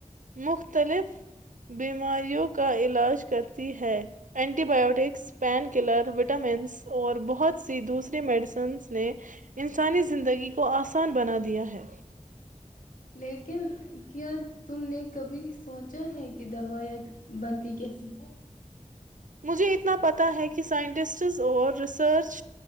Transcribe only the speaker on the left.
لیکن <unintelligible> کیا تم نے کبھی <unintelligible> سوچا ہے کہ دوائیاں بنتی کیسی ہے <unintelligible>